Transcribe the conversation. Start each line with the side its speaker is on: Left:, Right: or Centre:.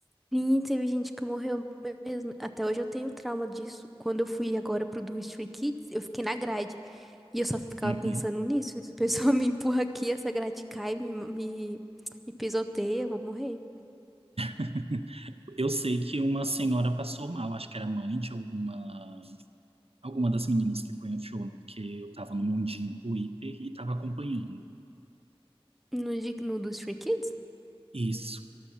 Centre: Sim, teve gente que morreu mesmo. Até hoje eu tenho trauma disso. Quando eu fui agora pro do Stray Kids, eu fiquei na grade. E eu só ficava
Right: Uhum.
Centre: pensando nisso. <laughs> Se a pessoa <laughs> me empurra aqui, essa grade cai, me, me, me pisoteia, eu vou morrer.
Right: <laughs> Eu sei que uma senhora passou mal, acho que era mãe de alguma alguma das meninas que foi no show, né? Porque eu tava no mundinho Twitter e tava acompanhando
Centre: No, de- no do Stray Kids?
Right: isso.